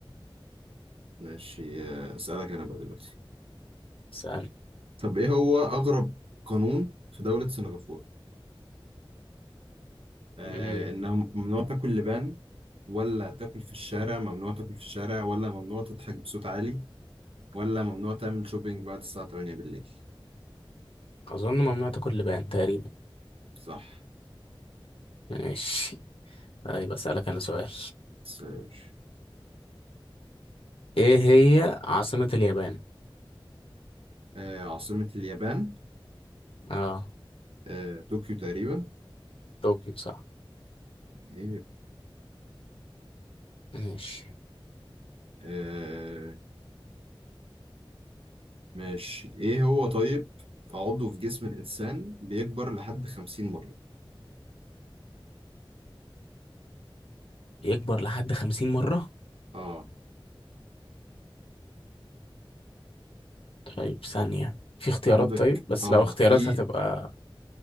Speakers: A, on the right (about 85°); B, on the left (about 80°).
A: ماشي آه اسألك انا بقى دلوقتي
B: سأل
A: طب ايه هو اغرب قانون في دولة سنغافورة آه،
B: مم.
A: انها ممنوع تاكل لبان ولا تاكل في الشارع ممنوع تاكل في الشارع ولا ممنوع تضحك بصوت عالي ولا ممنوع تعمل شوبينج بعد الساعة 8 بالليل
B: أظن ممنوع تاكل لبان تقريبا
A: صح
B: ماشي طيب أسألك أنا سؤال
A: سيرش
B: إيه هي عاصمة اليابان؟
A: آه، عاصمة اليابان
B: آه
A: آه، طوكيو تقريبا
B: طوكيو صح
A: إيه
B: ماشي
A: آه، ماشي ايه هو طيب عضو في جسم الإنسان بيكبر لحد 50 مرة
B: يكبر لحد خمسين مرة
A: اه
B: طيب ثانية في اختيارات
A: عندك
B: طيب بس
A: اه
B: لو اختيارات
A: في
B: هتبقى